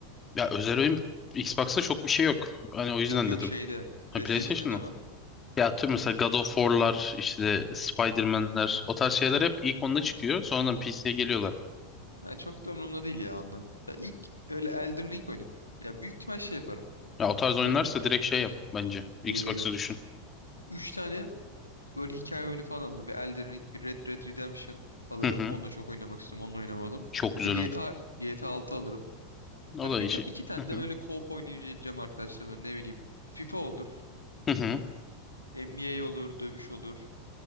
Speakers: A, on the left; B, on the left.
A: Ya özel oyun Xbox'ta çok bir şey yok. Hani o yüzden
B: Yok yok
A: dedim.
B: şeyde.
A: Ha,
B: PlayStation'da
A: PlayStation'da.
B: ne var?
A: Ya tüm mesela God of War'lar, işte Spider-Man'ler o tarz şeyler hep ilk onda çıkıyor. Sonradan PC'ye geliyorlar.
B: Ha, çok da umurumda değil ya onlar. Ya ilk öyle Elden Ring oynadım. Ya büyük ihtimal şey yaparım.
A: Ya o tarz oyunlarsa
B: Böyle
A: direkt şey yap bence. Xbox'ı
B: e,
A: düşün.
B: üç tane böyle hikaye oyunu falan alırım. Bir Elden Ring, bir Red Dead Redemption alırım.
A: Hı hı.
B: Onu da çok oynamak istiyorum. Onu da oynamadım.
A: Çok güzel
B: Bir de GTA,
A: oyun.
B: GTA 6 alırım.
A: O
B: Hani
A: da
B: bir
A: işi.
B: ta- iki tane
A: Hı
B: de
A: hı.
B: böyle co-op oynayacağım arkadaşlarım. Ne bileyim. FIFA olur.
A: Hı hı.
B: NBA olur, dövüş olur.